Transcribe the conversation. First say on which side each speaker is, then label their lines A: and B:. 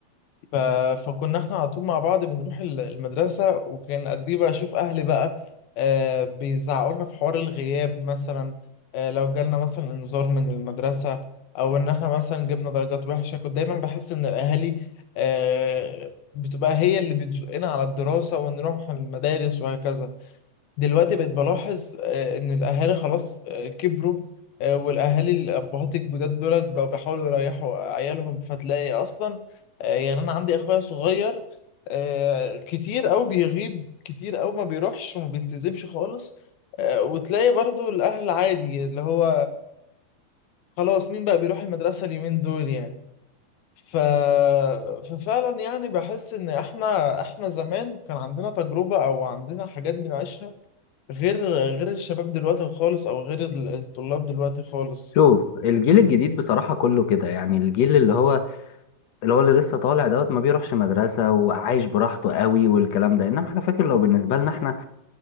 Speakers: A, on the left (about 80°); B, on the left (about 60°).
A: ف... فكنا احنا على طول مع بعض بنروح ال- المدرسة وكان قد ايه بشوف اهلي بقى آه بيزعقوا لنا في حوار الغياب مثلا آه لو جالنا مثلا انذار من المدرسة او ان احنا مثلا جبنا درجات وحشة كنت دايما بحس ان الاهالي آه بتبقى هي اللي بتزقنا على الدراسة ونروح المدارس وهكذا دلوقتي بقيت بلاحظ آه، ان الاهالي خلاص آه، كبروا آه، والاهالي الابهات الجداد دولت بقوا بيحاولوا يريحوا عيالهم فتلاقي اصلا آه، يعني انا عندي اخويا صغير آه، كتير او بيغيب كتير او ما بيروحش وما بيلتزمش خالص آه، وتلاقي برضو الاهل عادي اللي هو خلاص مين بقى بيروح المدرسة اليومين دول يعني ف... ففعلا يعني بحس ان احنا احنا زمان كان عندنا تجربة او عندنا حاجات بنعيشها غير غير الشباب دلوقتي خالص او غير ال- الطلاب دلوقتي خالص
B: شوف الجيل الجديد بصراحة كله كده يعني الجيل اللي هو اللي هو اللي لسه طالع دوت ما بيروحش مدرسة وعايش براحته قوي والكلام ده انما احنا فاكر لو بالنسبة لنا احنا